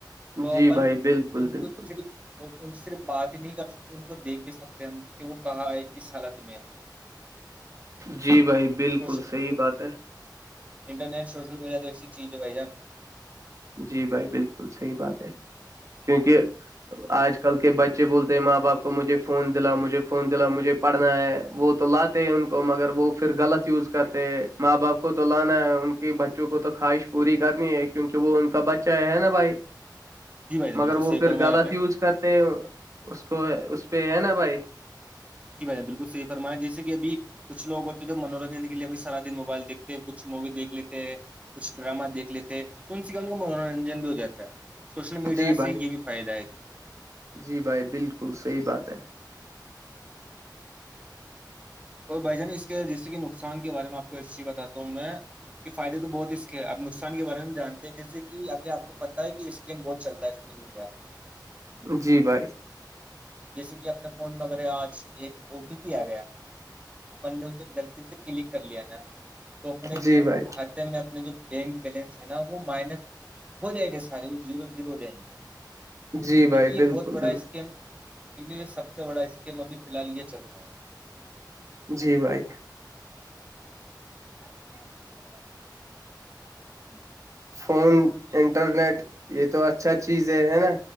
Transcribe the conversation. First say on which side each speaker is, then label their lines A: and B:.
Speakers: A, on the right; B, on the right.
A: تو
B: جی
A: اپن
B: بھائی بالکل
A: ان
B: بالکل
A: کو صرف اور ان صرف بات ہی نہیں کر سکتے ان کو دیکھ بھی سکتے ہم کہ وہ کہاں ہے کس حالت میں ہے
B: جی بھائی بالکل
A: سوشل
B: صحیح بات ہے
A: انٹرنیٹ سوشل میڈیا تو اس چیز وائی جان
B: جی بھائی بالکل صحیح بات ہے کیونکہ آج کل کے بچے بولتے ہیں ماں باپ کو کو مجھے فون دلا مجھے فون دلا مجھے پڑھنا ہے وہ تو لاتے ان کو مگر وہ پھر غلط یوز کرتے ہیں ماں باپ کو تو لانا ہے ان کے بچوں کو تو خواہش پوری کرنی ہے کیونکہ تو وہ ان کا بچہ ہے نا بھائی
A: جی بھائی جان
B: مگر
A: بالکل صحیح
B: وہ پھر
A: فرمایا
B: غلط
A: آپ نے
B: یوز کر اس کو اس پہ ہے نا بھائی
A: جی بائی بالکل صحی فرما جسے کہ اب کچھ لو ہوتے تو منورنجن کے لیے بھی سارا دن موبائل دھتے ہیں کچھ موی دیکھ لیتے ہیں کچھ ڈرامہ دیکھ لیتے ہیں تو ان سے کیا ان کا منورنجن بھی ہو جاتا ہے سوشل میڈیا
B: جی بھائی
A: سے یہ بھی فائدہ ہے
B: جی بھائی بالکل صحیح بات ہے
A: اور بھائی جان اس کے جیسے کہ نقصان کے بارے میں آپ کو ا چیز بتا ہوں میں کہ فائدے تو بہت اس کے ا نقسان کے بارے میں جانتے ہیں جیسے کہ ابھی آپ کو پتہ ہے کہ اسیم بہت چلتا ہے سوشل میڈیا پ
B: جی بھائی
A: جیسے کہ اپنے فون پ وغیرہ آج ایک او ٹی پی آ گیا اپ نے اسے غلطی سے کلک کر لیا نا تو اپنے
B: جی
A: جو
B: بھائی
A: اپنے جو بینک بیلنس ہے نا وہ مائنس ہو جایے گے سارے وہ زیرو زیرو ہو جایے گے
B: جی
A: کیونکہ
B: بھائی
A: یہ
B: بالکل
A: بہت بڑا
B: بالکل
A: اسکیم ٹی وی میں سب سے بڑا اسکیم ابھی فی الال یہ چل رہا ہے
B: جی بھائی
A: ا م نے بون بگے گ <inaudible> اچا <unintelligible>
B: فون انٹرنیٹ یہ تو اچھا چیز ہے ہے نا